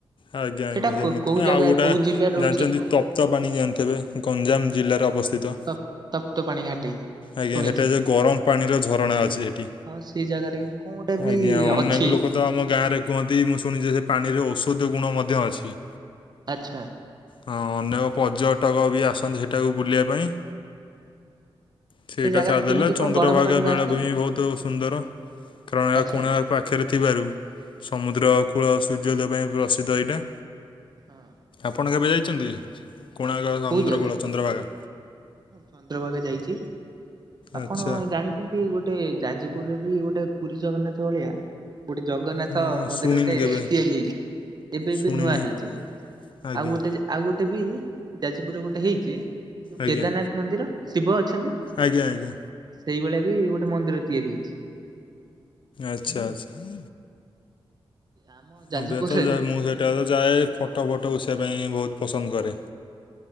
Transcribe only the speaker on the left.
ଆଜ୍ଞା-ଆଜ୍ଞା
ସେମିତି
ଆଉ ଗୋଟେ
ଜାଣିଛନ୍ତି ତପ୍ତ ପାଣି ଜାଣିଥିବେ ଗଞ୍ଜାମ ଜିଲ୍ଲାରେ ଅବସ୍ଥିତ।
ଆଜ୍ଞା
ସେଟା <unintelligible> ଗରମ୍ ପାଣିର ଝରଣା ଅଛି ସେଠି,
ଅଜ୍ଞା ଅନେକ୍
ଲୋକ ତ ଆମ ଗାଁରେ କୁହନ୍ତି ମୁଁ ଶୁଣିଛି ସେ ପାଣିରେ ଔଷଧ ଗୁଣ ମଧ୍ୟ ଅଛି।
ହଁ ଅନେକ ପର୍ଯ୍ୟଟକ ବି ଆସନ୍ତି ସେଠାକୁ ବୁଲିବା ପାଇଁ। ସେଇଟା
ଛାଡ଼ିଦେଲେ
ଚନ୍ଦ୍ରଭାଗା
ବେଳାଭୂମି ବହୁତ୍ ସୁନ୍ଦର କାରଣ ଏହା
କୋଣାର୍କ ପାଖେରେ ଥିବାରୁ ସମୁଦ୍ରକୂଳ ସୂର୍ଯ୍ୟୋଦୟ ପାଇଁ ପ୍ରସିଦ୍ଧ ଏଇଟା,
ଆପଣ କେବେ ଯାଇଚନ୍ତି? କୋଣାର୍କ ସମୁଦ୍ରକୂଳ
ଚନ୍ଦ୍ରଭାଗା।
ଆଚ୍ଛା
ଉଁ,
ଶୁଣିନି କେବେ
ଶୁଣିନି
ଆଜ୍ଞା
ଆଜ୍ଞା
ଆଜ୍ଞା ଆଜ୍ଞା
ଆଚ୍ଛା ଆଚ୍ଛା।
ମୁଁବି ଯେତବଳେ ଯାଏ ମୁଁ ସେଇଟା ଆଗ ଯାଏ ଫଟୋ ଫଟୋ ଉଷେଇବାବା ପାଇଁ ବହୁତ୍ ପସନ୍ଦ କରେ।